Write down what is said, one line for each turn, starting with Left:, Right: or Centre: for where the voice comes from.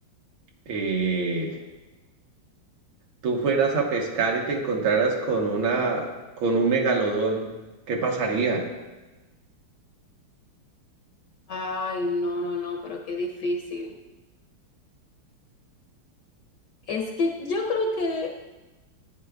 Right: eh, tú fueras a pescar y te encontraras con una, con un megalodón, ¿qué pasaría?
Left: Ay, no, no, no, pero qué difícil. Es que yo creo que,